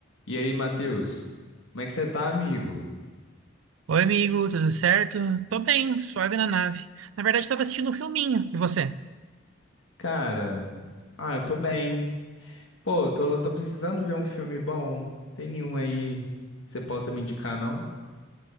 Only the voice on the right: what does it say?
Oi, amigo, tudo certo? Tô bem, suave na nave. Na verdade, tava assistindo um filminho. E você?